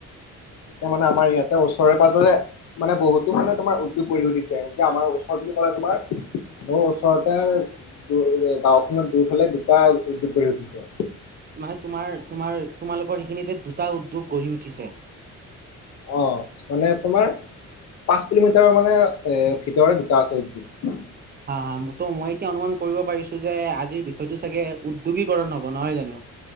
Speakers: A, on the left; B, on the right.
A: এতিয়া মানে আমাৰ ইয়াতে ওচৰে -পাজৰে- মানে বহুতো মানে তোমাৰ উদ্যোগ গঢ়ি উঠিছে। এনেকে আমাৰ ওচৰত বুলি ক'লে তোমাৰ- মোৰ ওচৰতে গাওঁখনত দুইফালে দুটা উদ্যোগ গঢ়ি উঠিছে।
B: মানে তোমাৰ -তোমাৰ, তোমালোকৰ সেইখিনিতে দুটা উদ্যোগ গঢ়ি উঠিছে।
A: অঁ, মানে তোমাৰ- পাঁচ কিলোমিটাৰৰ মানে এ ভিতৰে দুটা আছে উদ্যোগ।
B: হা -হা। ত' মই এতিয়া অনুমান কৰিব পাৰিছো যে আজিৰ বিষয়টো চাগে উদ্যোগীকৰণ হ'ব, নহয় জানো?